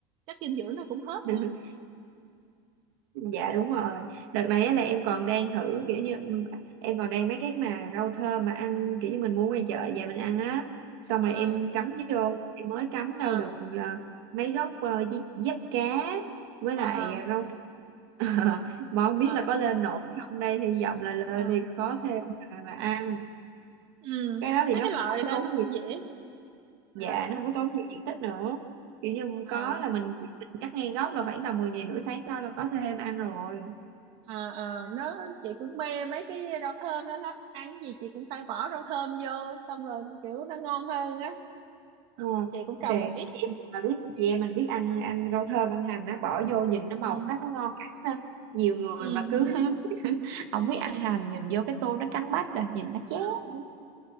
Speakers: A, on the right (about 45°); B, on the right (about 65°).
A: chắc dinh dưỡng nó cũng hết
B: <laughs>
A: nữa
B: Dạ đúng rồi. Đợt này á là em còn đang thử kiểu như ừ, em còn đang mấy cái mà rau thơm mà ăn kiểu như mình mua ngoài chợ về mình ăn á. Xong rồi
A: ờ
B: em cắm vô, em mới cắm
A: ờ
B: đâu được ờ, mấy gốc ờ, gi- giấp cá với
A: ờ
B: lại
A: ờ
B: ờ, rau th- <laughs> mà không
A: ờ
B: biết là có lên nổi không đây hy vọng là lên
A: ờ. ờ,
B: thì có thêm mà, mà ăn.
A: ừ
B: Cái đó thì
A: mấy
B: nó
A: cái
B: cũng
A: loại
B: không có
A: đó
B: tốn
A: nó cũng
B: gì.
A: dễ
B: Dạ
A: ờ
B: nó không có tốn gì diện tích nữa. Kiểu như
A: ờ
B: có là mình, mình cắt ngang gốc là khoảng tầm 10 ngày nửa tháng sau là có thêm ăn rồi.
A: ờ ờ. nó chị cũng mê mấy cái rau thơm đó lắm ăn cái gì chị cũng phải bỏ rau thơm vô xong rồi kiểu nó ngon hơn á
B: Ờ,
A: chị cũng trồng
B: Thì
A: một ít
B: chị em mà biết chị em mình biết ăn ăn rau thơm ăn hành nó bỏ vô nhìn nó màu
A: ừ
B: sắc nó ngon ha. nhiều người
A: ừ
B: mà cứ <laughs> không biết ăn hành nhìn vô cái tô nó trắng bách rồi nhìn nó chán
A: ừ <laughs>